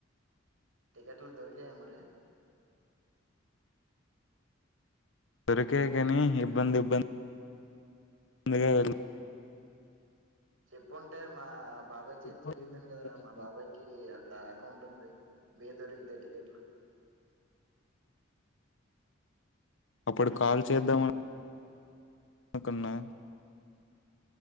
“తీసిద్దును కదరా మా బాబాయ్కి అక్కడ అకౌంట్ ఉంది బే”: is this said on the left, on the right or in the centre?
Right